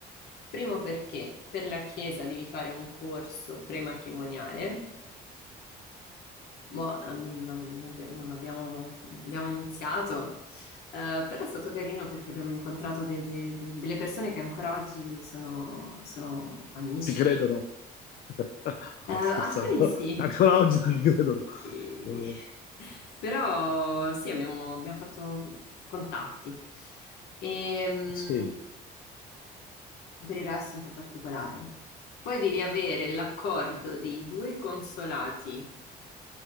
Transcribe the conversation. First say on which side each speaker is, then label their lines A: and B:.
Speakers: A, on the left (about 75°); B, on the left (about 60°).
A: Primo perché per la Chiesa devi fare un corso prematrimoniale. Boh, ehm, non abbiamo, non abbiamo- abbiamo iniziato, eh, però è stato carino perché abbiamo incontrato delle, de- delle persone che ancora oggi sono, sono amici.
B: ci credono. <laughs>
A: Eh,
B: No,
A: alcuni
B: scherzavo.
A: sì,
B: Ancora oggi ci
A: altri-
B: credono. Eh,
A: però sì, abbiamo, abbiamo fatto contatti. E, mh,
B: Sì,
A: per il resto un po' particolare. Poi devi avere l'accordo dei due consolati